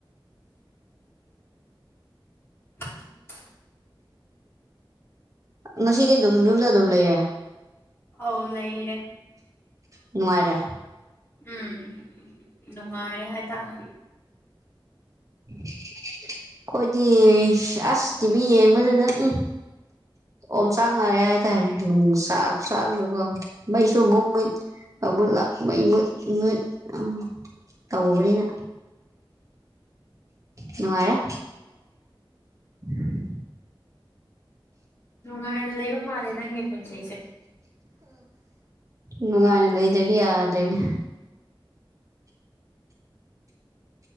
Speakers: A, on the left; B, on the right.
A: <inaudible>
B: ꯉꯁꯤꯗꯤ ꯑꯗꯨꯝ ꯌꯨꯝꯗ ꯑꯗꯨꯝ ꯂꯩꯔꯦ
A: ꯑꯧ ꯂꯩꯔꯦ
B: ꯅꯨꯡꯉꯥꯢꯔꯦ
A: ꯎꯝ ꯅꯨꯡꯉꯥꯏꯔꯦ ꯍꯥꯏꯇꯥꯔꯦ
B: <inaudible> ꯑꯈꯣꯏꯗꯤ ꯑꯁ ꯇꯤꯚꯤ ꯌꯦꯡꯕꯗꯨꯗ ꯎꯝ ꯑꯣꯝ ꯆꯥꯛꯅꯔꯦ ꯍꯥꯏꯇꯥꯔꯦ ꯅꯨꯡꯆꯥ ꯆꯗꯨꯒ ꯃꯩꯁꯨ ꯑꯃꯨꯛ ꯃꯨꯠ ꯑꯃꯨ ꯂꯥꯛ ꯃꯩ ꯃꯨꯠ ꯃꯨꯠ ꯑ ꯇꯧꯕꯅꯤꯅ ꯅꯨꯡꯉꯥꯏꯔꯦ <inaudible>
A: ꯅꯨꯡꯉꯥꯏꯅ ꯂꯩꯕ ꯃꯥꯜꯂꯦ ꯅꯪꯒꯤ ꯄꯨꯟꯁꯤꯁꯦ
B: ꯅꯨꯡꯉꯥꯏꯅ ꯂꯩꯗꯗꯤ ꯌꯥꯗ꯭ꯔꯦꯅꯦ